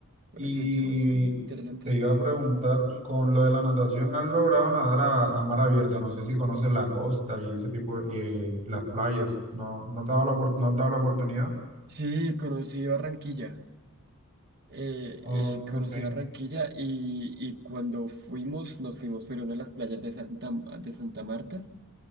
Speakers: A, on the right; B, on the right.
A: Es,
B: Y
A: es- es un- interesante.
B: te iba a preguntar, con lo de la natación, ¿has logrado nadar a, a mar abierto? No sé si conoces la costa y ese tipo, y, eh, las playas. ¿No, no te ha dado la, opor- no has dado la oportunidad?
A: Sí, conocí Barranquilla. Eh,
B: Oh,
A: eh,
B: ok.
A: conocí Barranquilla y, y cuando fuimos, nos fuimos, fueron a las playas de Santa, de Santa Marta,